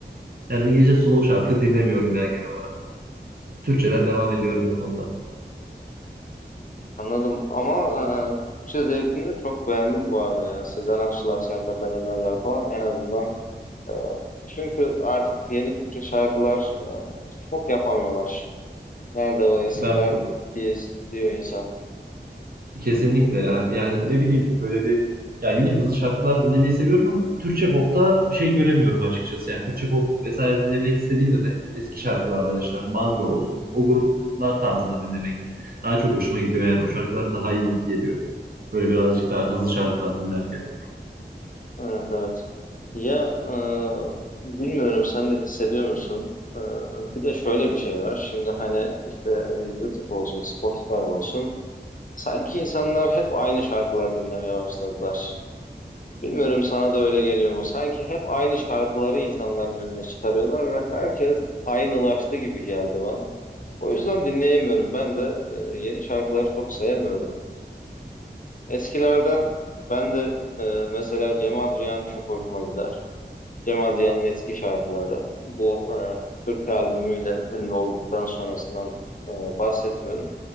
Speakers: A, on the right; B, on the left.
A: Yani
B: hı
A: İngilizce
B: hı.
A: slow şarkı dinlemiyorum ya genel olarak. Türkçeden devam ediyorum bu konuda.
B: Anladım ama e, Türkçe zevkini de çok beğendim bu arada ya. Sezen Aksular, Sertab Erener'ler falan en azından Ee, Çünkü artık yeni Türkçe şarkılar e, çok yapamıyorlar. Nerede o eskiler
A: Ben bu
B: diye diyor insan.
A: Kesinlikle ya. Yani ne bileyim böyle bir ya yine hızlı şarkılar dinlemeyi seviyorum ama Türkçe popta bir şey göremiyorum açıkçası. Yani Türkçe pop vesaire dinlemek istediğimde de eski şarkılardan işte Manga olsun o gruplar tarzında dinlemek daha çok hoşuma gidiyor. Yani o şarkılar daha iyi gibi geliyor. Böyle birazcık daha hızlı şarkılar dinlerken.
B: Evet evet. Ya e, bilmiyorum sen de hissediyor musun? E, bir de şöyle bir şey var. Şimdi hani işte e, YouTube olsun, Spotify olsun. Sanki insanlar hep aynı şarkılar dinlemeye başladılar. Bilmiyorum sana da öyle geliyor mu? Sanki hep aynı şarkıları insanların önüne çıkarıyorlar ve herkes aynılaştı gibi geldi bana. O yüzden dinleyemiyorum. Ben de e, yeni şarkıları çok sevmiyorum. Eskilerden ben de e, mesela Cem Adrian çok hoşuma gider. Cem Adrian'ın eski şarkıları. Bu e, Türkçe albümüyle ünlü olduktan sonrasından e, bahsetmiyorum.